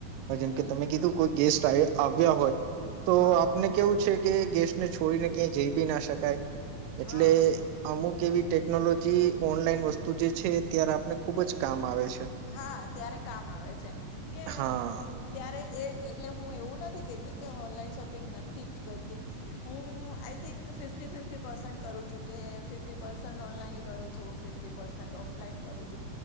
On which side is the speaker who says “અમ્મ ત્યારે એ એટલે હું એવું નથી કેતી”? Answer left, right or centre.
Left